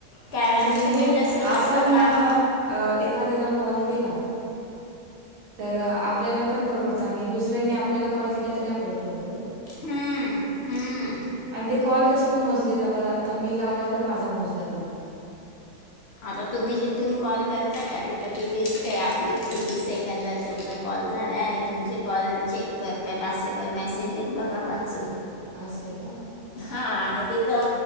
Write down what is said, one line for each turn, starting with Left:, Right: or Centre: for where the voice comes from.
Left: कारण
Right: आणि
Left: तुम्ही
Right: हे
Left: जसं जसं
Right: आपण
Left: काम
Right: अ एखाद्याला कॉल केला तर आपल्याला पण परवडतं आणि दुसऱ्यांनी आपल्याला कॉल केला तरी आपल्याला परवडतं
Left: हम्म हम्म
Right: आणि ते कॉल कसे मग मोजले जातात आता मी लावला तर माझा मोजला जाणार
Left: आता तुम्ही जिथून कॉल करता का तिथं ती लिस्ट आहे आपलीच किती सेकंदात तुमचं कॉल झाला आहे आणि तुमचे कॉल चेक करतात असे पण मेसेज आहेत बघा वाचून
Right: आश आहे का
Left: हा आणि तिथं